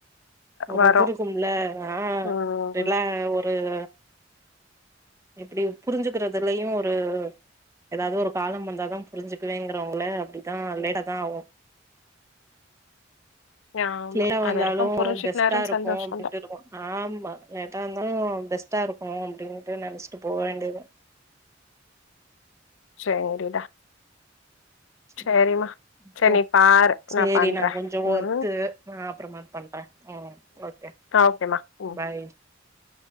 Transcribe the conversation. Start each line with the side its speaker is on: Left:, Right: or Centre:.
Right: ஒரு
Left: வரு
Right: இது இருக்கும்ல ஆ
Left: ம்
Right: ரில ஒர் டிரெயின் வரு எப்டி புரிஞ்சுக்கிறதுலயு ஒரு அதாவது ஒரு காலம் வந்தாதா புரிஞ்சுக்குவேங்கறவங்கள அப்டிதா லேட்டா தா ஆவு
Left: ஆமா
Right: கிளியரா வந்தாலு
Left: அது வரைக்கு புரிஞ்சுக்குனாரு
Right: பெஸ்ட்டா இருக்கு
Left: சந்தோஷந்தா
Right: அப்டின்ட்டு இருக்கு ஆமா எதா இந்தாலு பெஸ்ட்டா இருக்கு அப்டின்ட்டு நெனச்ட்டு போ வேண்டிதா
Left: சேரிடா
Right: சேரி
Left: சேரிம்மா சேரி
Right: போ
Left: நீ பாரு
Right: சேரி
Left: பண்றே
Right: நா கொஞ்ச ஒர்க்கு
Left: ம்
Right: நா அப்பறமா பண்ற ம் ஓகே
Left: ஆ ஓகேமா ம்
Right: பாய்